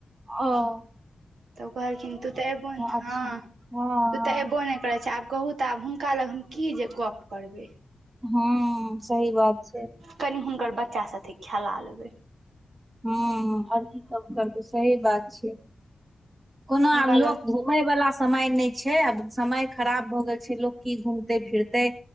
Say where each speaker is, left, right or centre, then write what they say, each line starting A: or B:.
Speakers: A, on the right (about 35°); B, on the right (about 85°).
A: औ
B: तऽ उ कहलखिन तू तऽ एबो ने हँ
A: अच्छा हँ
B: तू तऽ एबो ने करै छे आब कहू तऽ आब हुनका लग हम की जे गप करबै?
A: हँ सही बात छै।
B: कनी हुनकर बच्चा साथे खैला लेबैय।
A: ह आओर की सब करबै सही बात छै कोनो
B: हुनका
A: आब लोक
B: लग
A: घू मय वाला समय नहि छै आब समय खराब भ गेल छै लोग की घूम तै फिरतै